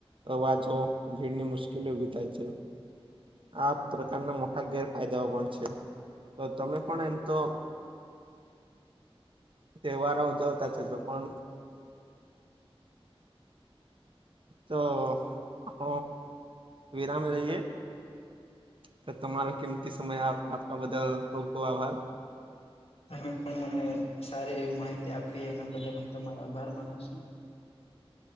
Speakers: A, on the right (about 55°); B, on the left (about 75°).
A: અવાજો ભીડની મુશ્કેલી ઊભી થાય છે આપ પ્રકારના મોટા ગેરફાયદાઓ પણ છે તો તમે પણ એમ તો તહેવારો ઊજવતા હોય પણ તો હ વિરામ લઈએ તો તમારો કિંમતી સમય આપવા બદલ ખુબ ખુબ આભાર
B: તમે પણ મને સારી એવી માહિતી આપી એના બદલ હુ તમારો આભાર માનું છું.